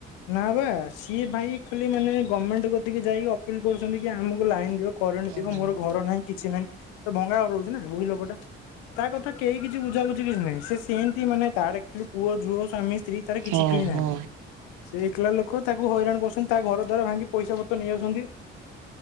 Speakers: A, on the left; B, on the right.
A: ନା ବା ସିଏ ଭାଇ ଖାଲି ମାନେ ଗମେଣ୍ଟ କତିକି ଯାଇକି ଅପିଲ କରୁଛନ୍ତି କି ଆମକୁ ଲାଇନ ଦିଅ। କରେଣ୍ଟ
B: ଓହୋ।
A: ଦିଅ ମୋର ଘର ନାହିଁ କିଛି ନାହିଁ ସେ ଭଙ୍ଗା ଘରେ ରହୁଛି ନା ବୁଢୀ ଲୋକଟା। ତା କଥା କେହି କିଛି ବୁଝା ବୁଝି କିଛି ନାହିଁ ସେମିତି ମାନେ ତାର ଆକଚୁଲି ପୁଅ ଝୁଅ ସ୍ବାମୀ। ସ୍ତ୍ରୀ ତାର
B: ହଁ
A: କିଛି କେହୀ
B: ହଁ
A: ନାହାନ୍ତି। ସେ ଏକଲା ଲୋକ ତାକୁ ହଇରାଣ କରୁଛନ୍ତି ତା ଘର ଦ୍ଵାରା ଭାଙ୍ଗି ପଇସା ପତ୍ର ନେଇ ଯାଉଛନ୍ତି।